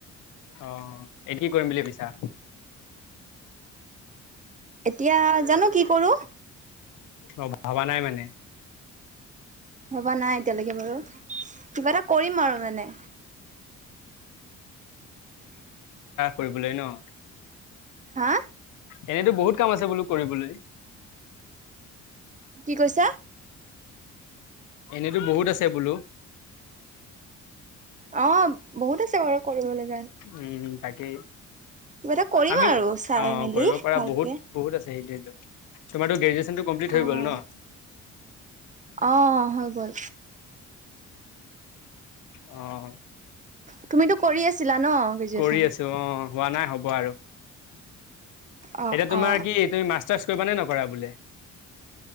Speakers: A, on the left; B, on the right.
A: অ, এই‌ কি কৰিম বুলি ভাবিছা?
B: এতিয়া, জানোঁ কি কৰো?
A: অ, ভাবা নাই মানে।
B: ভবা নাই এতিয়ালৈকে বাৰু, কিবা এটা কৰিম আৰু মানে।
A: কৰিবলৈ ন?
B: হা?
A: এনেইতো বহুত কাম আছে বোলো কৰিবলৈ।
B: কি কৈছা?
A: এনেতো বহুত আছে বোলো।
B: অ', বহুত আছে বাৰু কৰিব লাগ
A: উম, তাকেই।
B: কিবা এটা কৰিম
A: আমি,
B: আৰু চাই
A: অ'
B: মেলি
A: কৰিব পাৰা
B: ভালকে।
A: বহুত, বহুত আছে এই তোমাৰটো গ্ৰেজুৱেচনটো কমপ্লিট
B: অ',
A: হৈ গ'ল ন?
B: অ' হৈ গ'ল।
A: অ'।
B: তুমিতো কৰি আছিলা ন গ্ৰেজুৱেচন??
A: কৰি আছো অ হোৱা নাই হ'ব আৰু
B: অ
A: এতিয়া তোমাৰ
B: অ
A: কি তুমি মাছ টাৰছ্ কৰিব নে নকৰা বোলে??